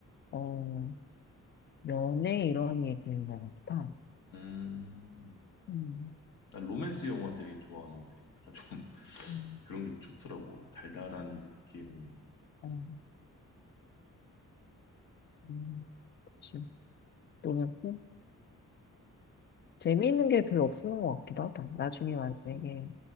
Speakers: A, on the left; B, on the left.
A: 어, 연애 이런 얘기인 것 같아.
B: 음,
A: 음.
B: 난 로맨스 영화 되게 좋아하는데 약간 좀 <laughs>
A: 음,
B: 그런 게 좋더라고. 달달한 느낌.
A: 음, 음, 그치. 너무 큰- 재미있는 게 별로 없는 것 같기도 하다. 나중에 만약에
B: 음,